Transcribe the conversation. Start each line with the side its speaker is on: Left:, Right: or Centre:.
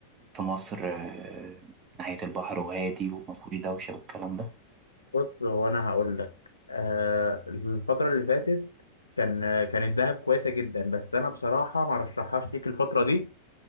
Right: في مصر آه، ناحية البحر وهادي ومفهوش دوشة والكلام ده
Left: بص هو انا هقول لك آه الفتره اللي فاتت كان آه، كانت دهب كويسه جدا بس انا بصراحه ما رشحهاش ليك الفتره دي